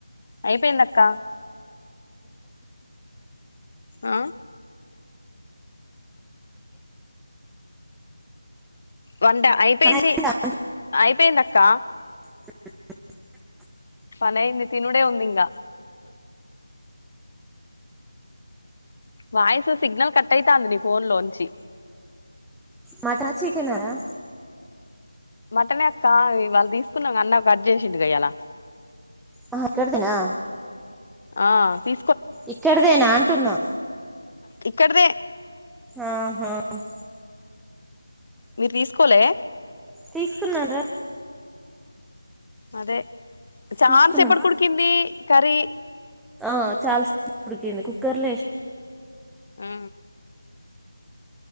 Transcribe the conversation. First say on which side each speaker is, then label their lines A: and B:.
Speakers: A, on the left; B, in the centre.
A: అయిపోయింద అక్క ఆ వంట అయిపోయింది
B: పని అయిందా
A: అయిపోయింది అక్క
B: అ
A: మనంద త నుడే వందింగా వాయిసు సిగ్నల్ కట్ అయితాంది నీ ఫోన్ లోంచి
B: మటన్ చికెనా రా
A: మట్టనే అక్క ఈవాళ్ల తీసుకున్నాగా అన్న కట్ చేసిండుగా ఈయాల
B: ఆ అక్కడ్దేనా
A: ఆ తీ
B: ఇక్కడదేను అంటున్నా
A: ఇక్కడదే
B: ఆహా హ్మ్
A: మీరు తీసుకోలే
B: తీసుకున్నారా
A: అదే చాన్
B: తీసుకున్నాను
A: సేపటికి ఉడికింది కర్రీ
B: ఆ చాలా స్ ఉడికింది కుక్కర్లో ఏస్
A: ఆ